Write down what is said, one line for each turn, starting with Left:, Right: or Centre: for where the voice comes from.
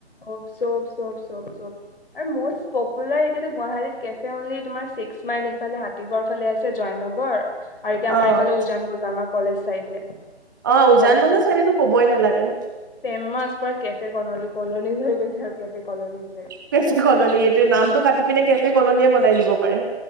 Left: অ চব চব চব চব আৰু মজ পপুলাৰ এতিয়া গুৱাহাটীত কেফে অনলি তোমাৰ ছিক্স মাইল এইফালে হাতীগড় ফালে আছে জয়নগৰ আৰু এতিয়া
Right: অ',
Left: আমাৰ এইফালে উজান বজাৰ আমাৰ কলেজ চাইডে
Right: অ উজান
Left: কলেজ
Right: বজাৰ ছোৱালীতো কবই নালাগে
Left: ফেমাচ পুৰা কেফে কলনি কলনীজ হৈ গৈছে আৰু কে ফে কলনিত যে
Right: কেফে কলনী এইটোৱে নামটো কাটি পিনে কেফে কলনীয়ে বনাই দিব পাৰে।